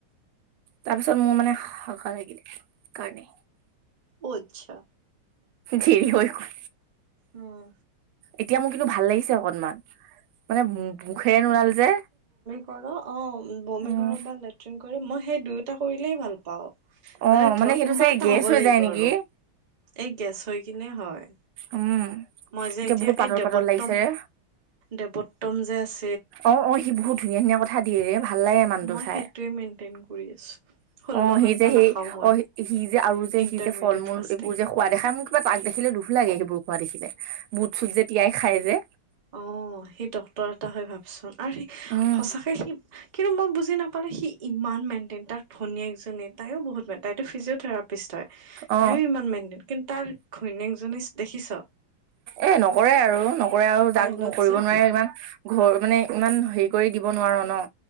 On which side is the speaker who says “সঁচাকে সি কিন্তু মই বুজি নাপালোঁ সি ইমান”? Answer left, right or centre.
Right